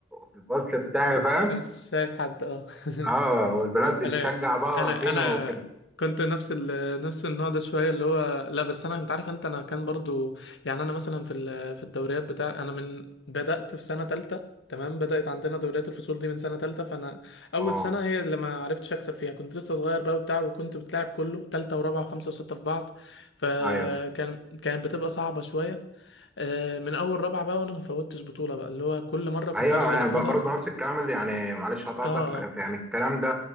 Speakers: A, in the centre; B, on the left.
A: في الفصل بتاعي فاهم
B: مش شايف حد اه <laughs>
A: اه والبنات بتشجع
B: انا
A: بقى
B: انا
A: واقفين
B: انا
A: وكده
B: كنت نفس ال... نفس النوع ده شويه اللي هو لا بس انا انت عارف انت انا كان برضو يعني انا مثلا في ال... في الدوريات بتاع انا من بدات في سنه تالتة تمام بدات عندنا دوريات الفصول دي من سنه تالتة فانا اول
A: اه
B: سنه هي اللي ما عرفتش اكسب فيها كنت لسه صغير بقى وبتاع وكنت بتلعب كله تالتة ورابعه وخمسه وسته في بعض فكان
A: ايوه
B: كانت بتبقى صعبه شويه آه، من اول رابعه بقى وانا ما فوتش بطوله بقى اللي هو كل مره كنت
A: ايوه
B: انا اللي
A: يعني
B: باخدها
A: برضه نفس الكلام اللي يعني معلش هتقطعك
B: اه آه.
A: يعني الكلام ده